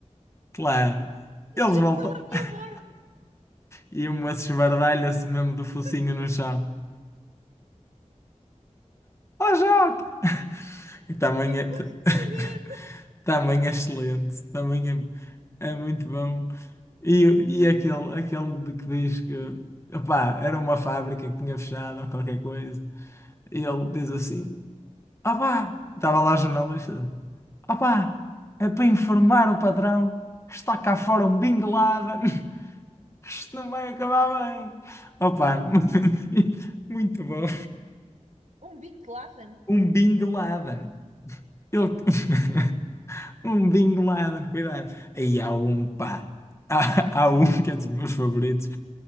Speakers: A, on the left; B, on the right.
A: Claro.
B: <laughs>
A: Eles
B: juro
A: voltam.
B: pela minha
A: <laughs>
B: morte,
A: E uma esbardalha-se mesmo do focinho
B: mas
A: no chão. Oh, Joca! E também é,
B: foste
A: <laughs>
B: fazer.
A: também é excelente. Também é, é muito bom. E, e aquele, aquele de que diz que opá, era uma fábrica que tinha fechado ou qualquer coisa. E ele diz assim. Opá! Estava lá a jornalista. Opá! É para informar o patrão que está cá fora um Bin Laden, que <laughs> isto não vai acabar bem. Opá! <laughs> Muito bom.
B: Um Bin Laden.
A: Um Bin Laden. Ele... <laughs> Um Bin Laden, cuidado. Aí há um, pá. Há, há um que é dos meus favoritos